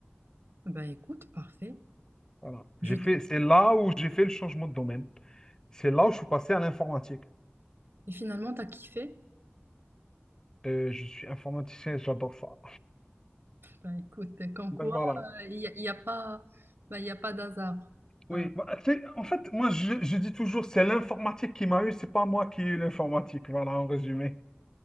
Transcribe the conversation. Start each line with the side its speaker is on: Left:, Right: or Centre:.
Right: Ben écoute, parfait.
Left: Voilà.
Right: Je
Left: J'ai fait,
Right: te-
Left: c'est là où j'ai fait le changement de domaine. C'est là où je suis passé à l'informatique.
Right: Et finalement, tu as kiffé.
Left: Euh, je suis informaticien, et j'adore ça.
Right: Ben écoute, quand
Left: Donc
Right: quoi,
Left: voilà.
Right: euh, il n'y a, il y a pas, ben, il y a pas d'hasard. Ben,
Left: Oui, moi, tu en fait, moi, je, je dis toujours, c'est l'informatique qui m'a eu, c'est pas moi qui ai eu l'informatique. Voilà, en résumé.